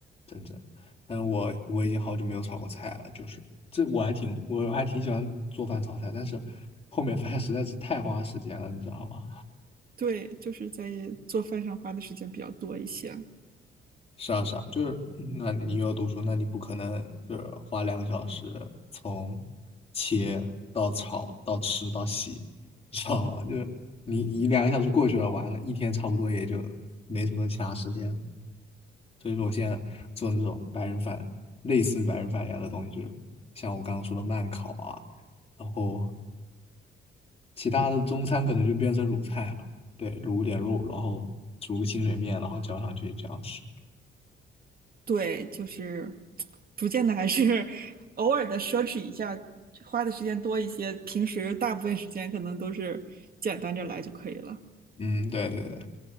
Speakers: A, on the left; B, on the right.
A: 整整。但我我已经好久没有炒过菜了，就是这我还挺我还挺喜欢做饭炒菜，但是后面发现实在是太花时间了，你知道吗？
B: 对，就是在做饭上花的时间比较多一些。
A: 是啊，是啊，就是，嗯那你又要读书，那你不可能就是花两个小时从切到炒到吃到洗，你知道吗？就是你你两个小时过去了，完了，一天差不多也就没什么其他时间了。所以说，我现在做那种白人饭，类似于白人饭一样的东西，就是像我刚刚说的慢烤啊，然后其他的中餐可能就变成卤菜了，对，卤点肉，然后煮个清水面，然后浇上去这样吃。
B: 对，就是逐渐的还是偶尔的奢侈一下，花的时间多一些。平时大部分时间可能都是简单着来就可以了。
A: 嗯，对对对。